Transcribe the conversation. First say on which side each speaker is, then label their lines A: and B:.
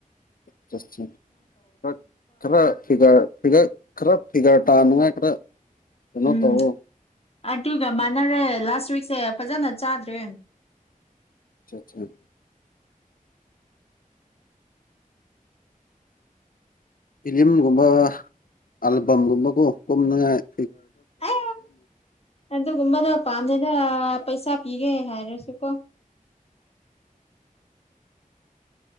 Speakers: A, on the left (about 75°); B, on the left (about 45°).
A: ꯈꯔ ꯈꯔ ꯄꯤꯒ ꯄꯤꯒ ꯈꯔ ꯐꯤꯒꯔ ꯇꯥꯅꯉꯥꯏ ꯈꯔ ꯀꯩꯅꯣ
B: ꯎꯝ
A: ꯇꯧꯔꯣ
B: ꯑꯗꯨꯒ ꯃꯥꯟꯅꯔꯦ ꯂꯥꯁ ꯋꯤꯛꯁꯦ ꯐꯖꯅ ꯆꯥꯗ꯭ꯔꯦ
A: ꯑꯆꯥ ꯑꯆꯥ ꯐꯤꯂꯤꯝꯒꯨꯝꯕ ꯑꯜꯕꯝꯒꯨꯝꯕ ꯀꯣ ꯀꯉꯥꯏ
B: ꯑ ꯅꯗꯨ ꯀꯃꯗ ꯄꯝꯅꯗ ꯄꯩꯁꯥ ꯄꯤꯒꯦ ꯍꯥꯏꯔꯦꯁꯨꯀꯣ